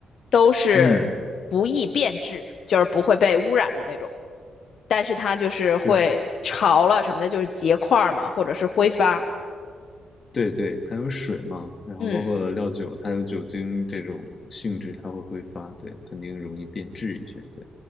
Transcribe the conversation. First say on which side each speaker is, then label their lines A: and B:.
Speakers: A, on the left; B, on the left.
A: 都是不易变质，
B: 嗯，
A: 就是不会被污染的那种。但是它就是会潮了什么的，
B: 是，
A: 就是结块儿嘛，或者是挥发。
B: 对对，它有水嘛，然后包括料酒，
A: 嗯，
B: 它有酒精这种性质，它会挥发，对，肯定容易变质一些，对。